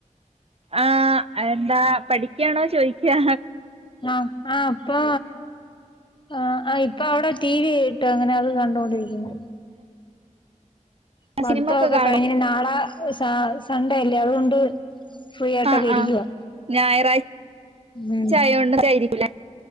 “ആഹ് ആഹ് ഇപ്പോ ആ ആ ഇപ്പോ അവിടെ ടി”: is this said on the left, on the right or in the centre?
Left